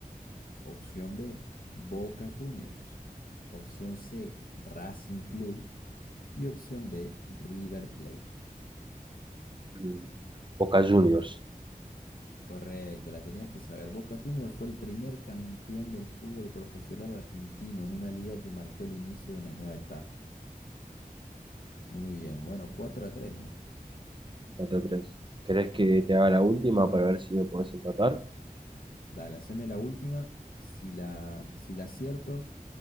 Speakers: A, on the left; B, on the right.
A: Opción B, Boca Juniors. Opción C, Racing Club. Y opción D, River Plate.
B: Mm. Boca Juniors,
A: Correcto, la tenías que saber. Boca Juniors fue el primer campeón del fútbol profesional argentino en una liga que marcó el inicio de una nueva etapa. Muy bien, bueno, 4 a tres. ¿eh?
B: 4 tres. ¿Querés que te haga la última para ver si me podés empatar?
A: Dale, haceme la última. Si la, si la acierto,